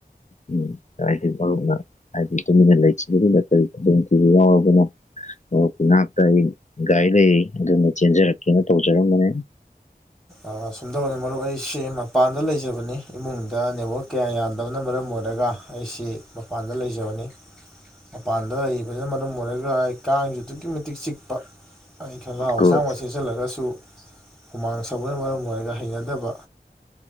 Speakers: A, on the left; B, in the centre.
A: ꯎꯝ ꯇꯥꯏꯗꯤ ꯃꯔꯨꯞꯅ ꯍꯥꯏꯗꯤ ꯇꯨꯃꯤꯟꯅ ꯂꯩꯈꯤꯕꯗꯨꯗ ꯀꯔꯤ ꯈꯨꯗꯣꯡꯇꯤꯕ ꯌꯥꯎꯔꯕꯅꯣ ꯑꯣ ꯅꯥꯛꯇ ꯑꯩ ꯒꯥꯔꯤ ꯂꯩ ꯑꯗꯨꯅ ꯆꯦꯟꯖꯔꯛꯀꯦꯅ ꯇꯧꯖꯔꯝꯕꯅꯦ
B: ꯑ ꯁꯨꯝꯗ ꯑꯣꯏꯅ ꯃꯔꯨꯞ ꯑꯩ ꯁꯤ ꯃ ꯄꯥꯟꯗ ꯂꯩꯖꯕꯅꯤ ꯏꯃꯨꯡꯗ ꯅꯦꯠꯋꯥꯛ ꯀꯌꯥ ꯌꯥꯗꯕꯅ ꯃꯔꯝ ꯑꯣꯏꯔꯒ ꯑꯩꯁꯤ ꯃꯄꯥꯟꯗ ꯂꯩꯖꯕꯅꯤ ꯃꯄꯥꯟꯗ ꯂꯩꯕꯗꯨꯅ ꯃꯔꯝ ꯑꯣꯏꯔꯒ ꯑꯩ ꯀꯥꯡꯁꯨ ꯑꯗꯨꯛꯀꯤ ꯃꯇꯤꯛ ꯆꯤꯛꯄ ꯑꯩ ꯈꯡꯒꯥꯎ
A: ꯒꯨꯗ
B: ꯑꯁꯥꯡꯕ ꯁꯦꯠꯆꯜꯂꯒꯁꯨ ꯍꯨꯃꯥꯡ ꯁꯧꯕꯅ ꯃꯔꯝ ꯑꯣꯏꯔꯒ ꯍꯩꯅꯗꯕ